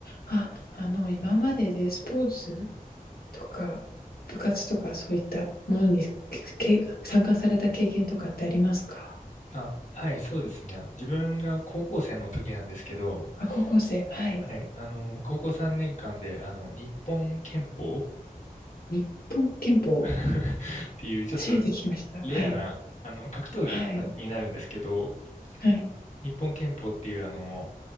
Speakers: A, on the left; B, on the left.
A: あ、あの、今まででスポーツとか部活とかそういったものにけ参加された経験とかってありますか？
B: あ、はい、そうですね。自分が高校生の時なんですけど、
A: あ、高校生、はい。
B: はい、あの、高校3年間で、あの、日本拳法 <laughs>
A: 日本拳法、
B: っていう、ちょっと
A: 初めて聞きました。
B: レアな、
A: はい。
B: あの、格闘技なになるんですけど、
A: はい。はい。
B: 日本拳法っていう、あの、